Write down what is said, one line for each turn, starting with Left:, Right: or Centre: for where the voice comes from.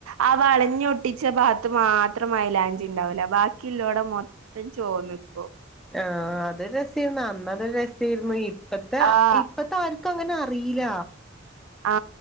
Right: ആ വളഞ്ഞിയൊട്ടിച്ച ഭാഗത്ത് മാത്രം മയിലാഞ്ചിണ്ടാവൂല ബാക്കില്ലോടം മൊത്തം ത്തം ചോന്ന്ക്കും
Centre: ആ അത് രസേയിരുന്നു അന്നത് രസേയിരുന്നു ഇപ്പത്തെ
Right: ആ
Centre: ഇപ്പ ആർക്കും അങ്ങനെ അറീല
Right: ആ